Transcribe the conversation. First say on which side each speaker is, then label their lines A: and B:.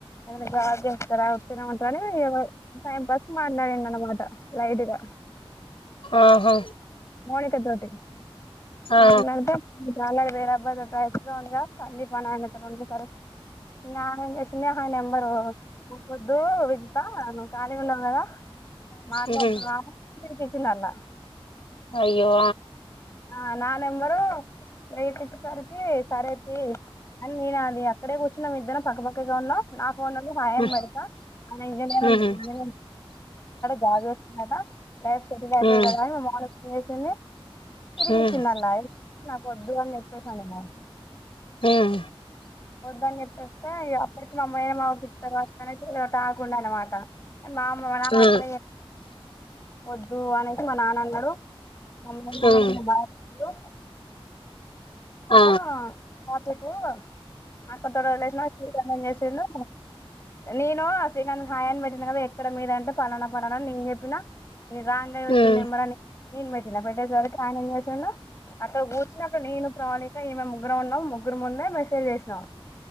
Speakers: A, on the left; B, on the left.
A: ఏదైనా జాబ్ చేస్తారా స్తారా అంటేనే ఏమో టైమ్ పాస్ కి మాట్లాడిండు అనమాట లైట్ గా
B: ఆహా
A: మౌణిక జ్యోతికి
B: ఆ
A: మాట్లాడతా వేరే అబ్బాయితో టచ్ లో ఉంది కా <unintelligible> సరికి న్ చేసింది ఆ నెంబరు పోకొద్దు విజిత నువ్వు ఖాళీగా ఉన్నావు కదా మాట్లాడుతున్నావా
B: ఉహు
A: అని ఇచ్చినలా
B: అయ్యో
A: ఆ నా నెంబరు వెైటికిసరికి సరే తీ అని నేను అది అక్కడే కూచున్నాం ఇద్దరం పక్కపక్క గా ఉన్నా నా ఫోన్ లోనే హాయ్ అని
B: ఉహు
A: పెడత ఆ ఇంజనీరింగ్
B: ఉమ్
A: జాబ్ చేస్తుందట లైఫ్ సెటిల్ అయితది
B: ఉమ్
A: కదాని మమ్మని ఫోన్ చేసింది తిరిగిచ్చిందలై
B: ఉమ్
A: నాకు వద్దు అని చెప్పేసాను
B: ఉమ్
A: వద్దు అని చె వస్తే అ ఇక్కడకి అమ్మే మా పట్టన ఆకుండ అనమాట మా మాస
B: ఉమ్
A: వద్దు అనేసి మా నాన్న అన్నాడు మా బాబా
B: ఉమ్
A: హలో
B: ఆ
A: ఇక టేపు నాకు తోలేసిన శ్రీకాంతం చేసిడు నేను ఆ శ్రీకాంతం హాయ్ అని పెట్టిను కదా ఎక్కడ మీద అంటే పలానా పలానా నేను చెప్పిన న రాంగ్ అయి వచ్చింది
B: ఉమ్
A: నెంబర్ అని నేను పెట్టిన పెట్టేసరికి ఆయన ఏం చేసాండు అక్కడ కూర్చినప్పుడు నేను ప్రవళిక ఈమె ముగ్గురం ఉన్నాం ముగ్గురు ముందే మెసేజ్ చేసినాం